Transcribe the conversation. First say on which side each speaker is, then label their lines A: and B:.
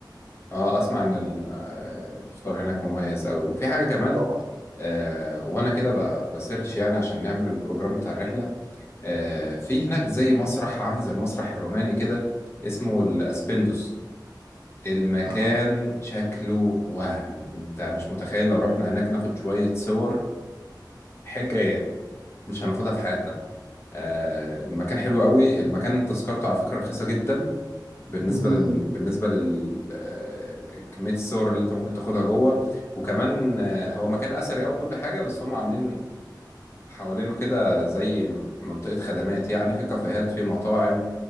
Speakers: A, on the left; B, on the right.
A: اه اسمع ان ال- آه، الفطار هناك مميز قوي وفي حاجه كمان
B: طبعا
A: آه وانا كده ب- بسيرش يعني عشان نعمل البروجرام بتاع الرحله آه، في هناك زي مسرح عامل زي المسرح الروماني كده اسمه الاسبندوس المكان
B: اه
A: شكله وهم انت مش متخيل لو رحنا هناك ناخد شوية صور حكاية مش هناخدها في حياتنا آه، المكان حلو قوي المكان تذكرته على فكرة رخيصة جدا بالنسبة
B: امم
A: لل... بالنسبة لل آه، كمية الصور اللي انت ممكن تاخدها جوه وكمان آه، هو مكان أثري أو كل حاجة بس هم عاملين حوالينه كده زي منطقة خدمات يعني في كافيهات في مطاعم